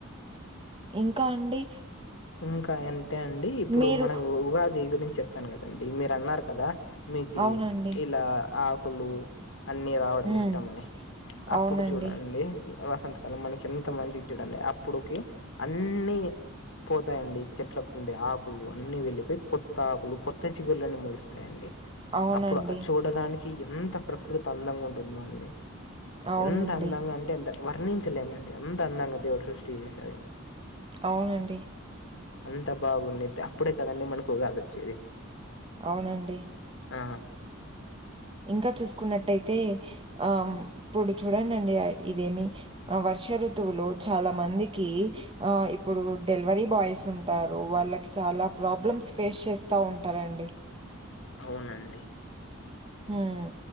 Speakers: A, on the right; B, on the left.
A: ఇంకా అండి
B: ఇంకా ఇంతే అండి ఇప్పుడు
A: మీరు
B: మనకు ఉగాది గురించి చెప్పాను కదండి మీరు అన్నారు కదా మీకీ
A: అవునండి.
B: ఇలా ఆకులు అన్ని రావడం
A: హ్మ్.
B: ఇష్టం అని అప్పుడు
A: అవునండి.
B: చూడండి వసంతకాలం మనకి ఎంత మంచి ది చూడండి అప్పుడుకి అన్ని పోతాయండి చెట్లకుండే ఆకులు అన్ని వెళ్ళిపోయి కొత్త ఆకులు కొత్త చిగుళ్లన్నీ మొలుస్తాయండి
A: అవునండి.
B: అప్పుడు చూడడానికి ఎంత ప్రకృతి అందంగా ఉంటుందో అండి
A: అవునండి.
B: ఎంత అందంగా అంటే ఎంత వర్ణించలేమండి అంత అందంగా దేవుడు సృష్టి చేశాడు
A: అవునండి
B: అంత బాగుండిది అప్పుడే కదండి మనకు ఉగాదొచ్చేది
A: అవునండి
B: ఆ
A: ఇంకా చూసుకున్నట్టయితే ఆ ఇప్పుడు చూడండండి ఇదేమి ఆ వర్ష ఋతువులో చాలా మందికి ఆ ఇప్పుడు డెలివరీ బాయ్స్ ఉంటారు వాళ్ళకి చాలా ప్రాబ్లమ్స్ ఫేస్ చేస్తా ఉంటారండి
B: అవునండి
A: హ్మ్